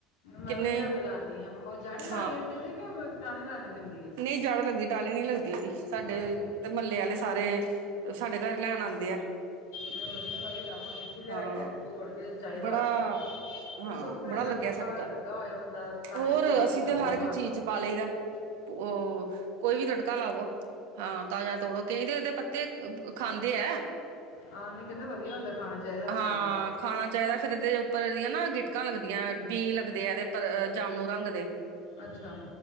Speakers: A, on the left; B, on the right.
A: ਮੈਂ
B: ਕਿੰਨੇ
A: ਵੀ ਲਿਆ
B: ਹੀ
A: ਕੇ ਲਾਣੀ ਆ ਉਹ ਜੜ ਲਗ
B: ਹਾਂ
A: ਜਾਂਦੀ ਆ ਕਿ ਟਾਹਣੀ ਲਾਣੀ ਪੈਂਦੀ ਆ।
B: ਨਹੀਂ ਜੜ ਲੱਗਦੀ ਟਾਹਣੀ ਨੀ ਲੱਗਦੀ ਉਹਦੀ ਸਾਡੇ
A: ਅੱਛਾ
B: ਮਹੱਲੇ ਆਲੇ ਸਾਰੇ ਸਾਡੇ ਘਰ ਈ ਲੈਣ ਆਦੇ ਆ।
A: ਮੈਂ ਵਧੀਆ ਮੈਂ ਵੀ ਲਾਵਾਂਗੀ ਅਸੀ ਲਿਆਈ
B: ਹਾਂ
A: ਦਾ ਤੋੜ ਕੇ ਤੇ ਚਾਹੀਦਾ
B: ਬੜਾ
A: ਹੋਏ ਤੇ
B: ਹਾਂ
A: ਮੈਂ ਸੁੱਖ ਰਹਿੰਦਾ
B: ਬੜਾ ਲੱਗਿਆ
A: ਕਿਉਂਕਿ
B: ਸਾਡੇ
A: ਘਰ ਲੱਗਾ ਹੋਇਆ ਬੰਦਾ ਤਾਜ਼ਾ
B: ਹੋਰ
A: ਤੌੜ ਕੇ
B: ਅਸੀਂ
A: ਸਬਜ਼ੀ
B: ਤੇ ਹਰ ਇੱਕ
A: 'ਚ ਪਾਲੋ।
B: ਚੀਜ਼ ਪਾ ਲਈਦਾ ਉਹ ਕੋਈ ਵੀ ਤੜਕਾ ਲਾਵੋ। ਹਾਂ ਤਾਜ਼ਾ ਤੋੜੋ ਕਈ ਤੇ ਇਹਦੇ ਪੱਤੇ ਖਾਂਦੇ ਐ।
A: ਆਾ ਨਹੀਂ ਕਹਿੰਦੇ ਵਧੀਆ ਹੁੰਦਾ। ਖਾਣਾ ਚਾਹੀਦਾ
B: ਹਾਂ।
A: ਖਾਲੀ ਪੇਟ
B: ਖਾਣਾ ਚਾਹੀਦਾ ਫਿਰ ਇਹਦੇ ਉੱਪਰ ਦੀਆਂ ਨਾ ਗਿਟਕਾਂ ਲੱਗਦੀਆਂ ਬੀ ਲੱਗਦੇ ਆ। ਇਹਦੇ ਉਪਰ ਜਾਮਣੂ ਰੰਗ ਦੇ।
A: ਅੱਛਾ।